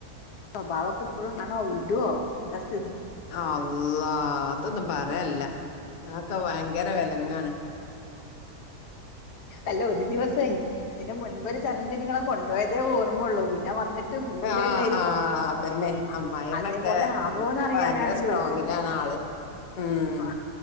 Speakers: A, on the left; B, on the left.
A: ബാവക്ക് പ്പോഴും കാണോ വീടോ എന്താ സ്
B: ആ അള്ളാ അതൊന്നുംപറയല്ല അക്കെഭയങ്കര വെലങ്ങാണ്
A: അല്ലഒരു ദിവസെയ് ഇതിന്മുൻപൊരു ചലഞ്ചനിങ്ങളെ കൊണ്ടോയതേഓർമ്മൊള്ളൂ പിന്നെവന്നിട്ട് ന്നി ട്ട്പൂരല്ലായിരുന്നോ
B: ആഹ് ആഹ് അതന്നെ അമ്മായിമ്മക്കെ
A: അതേപോലെആവോന്ന്റിയാനാണ്
B: ഭയങ്കര സ്ട്രോങ്ങിലാണ്
A: ചോയ്ക്കുന്നെ
B: ആള് ഉം
A: ആ